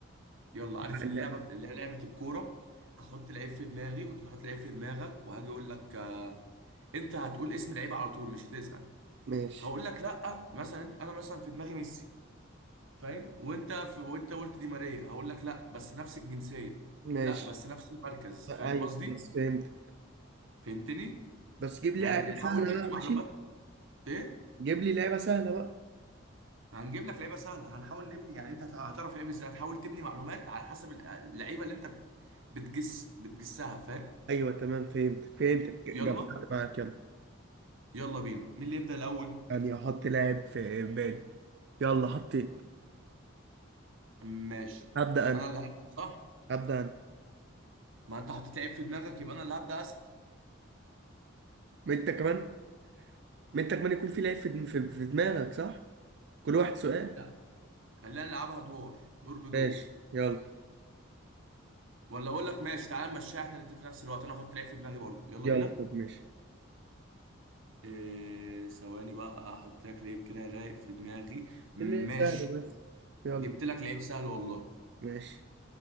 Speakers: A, on the right; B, on the right.
A: يلا
B: بقى
A: عارف اللعبة
B: اللعبة
A: بت- اللي هي لعبة الكورة هحط لعيب في دماغي وانت تحط لعيب في دماغك وهاجي اقول لك آه، انت هتقول اسم لعيب على طول مش هتسأل
B: ماشي
A: هقول لك لا مثلا انت انا مثلا في دماغي ميسي فاهم؟ وانت في وانت قلت دي ماريا هقول لك لا بس نفس الجنسية
B: ماشي
A: لا بس نفس المركز فاهم
B: ايوه
A: قصدي؟
B: خلاص فهمتك
A: فهمتني؟
B: بس جيب لي
A: يعني
B: لعبة
A: بنحاول
B: سهلة
A: نبني
B: بقى
A: معلومات
B: ماشي؟
A: ايه؟
B: جيب لي لعبة سهلة بقى
A: هنجيب لك لعيبه سهله هنحاول نبني يعني انت هت- هتعرف لعيب ازاي هتحاول تبني معلومات على حسب ال- اللعيبه اللي انت بت- بتجس بتجسها فاهم
B: ايوه تمام فهمتك فهمتك جمعت
A: يلا
B: معاك يلا
A: يلا بينا مين اللي يبدا الاول
B: يعني احط لاعب في بالي يلا حطيت
A: ماشي
B: هبدأ انا
A: انا اللي هبدا صح
B: هبدأ انا
A: ما انت حطيت لعيب في دماغك يبقى انا اللي هبدا اسال
B: ما انت كمان ما انت كمان يكون في لعيب في دم- في في دماغك صح؟ كل واحد سؤال
A: لا خلينا نلعبها ادوار دور بدور
B: ماشي يلا
A: ولا اقول لك ماشي تعالى نمشيها احنا الاتنين في نفس الوقت انا احط لعيب في دماغي برضو يلا
B: يلا
A: بينا
B: طب ماشي
A: إيه ثواني بقى احط لك لعيب كده رايق في دماغي ماشي
B: اللي سهلة بس يلا
A: جبت لك لعيب سهل والله
B: ماشي